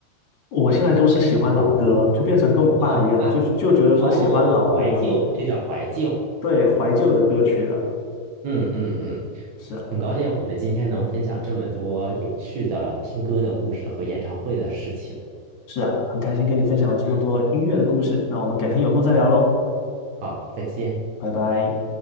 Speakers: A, on the left; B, on the right.
A: 我现在都是喜欢老歌，就变成跟我爸一样，
B: 好吧，
A: 就就觉得说喜欢老歌，
B: 哦，怀旧，这叫怀旧。
A: 对，怀旧的歌曲了。
B: 嗯嗯嗯，
A: 是啊，
B: 很高兴我们今天能分享这么多有趣的听歌的故事和演唱会的事情。
A: 是啊，很开心跟你分享了这么多音乐的故事，
B: 嗯，
A: 那我们改天有空再聊喽，
B: 好，好，再见。
A: 拜拜。